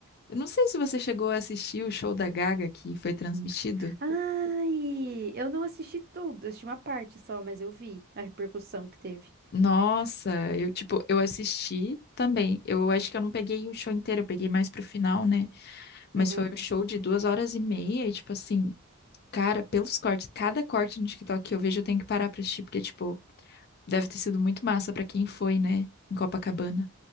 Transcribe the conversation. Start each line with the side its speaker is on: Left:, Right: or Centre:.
Left: Eu não sei se você chegou a assistir o show da Gaga que foi transmitido.
Right: Ai, eu não assisti tudo, assisti uma parte só, mas eu vi a repercussão que teve.
Left: Nossa, eu tipo, eu assisti também. Eu acho que eu não peguei o show inteiro, eu peguei mais pro final, né? Mas
Right: Uhum.
Left: foi um show de duas horas e meia e tipo assim, cara, pelos cortes, cada corte no TikTok que eu vejo eu tenho que parar pra assistir, porque tipo, Deve ter sido muito massa pra quem foi, né, em Copacabana.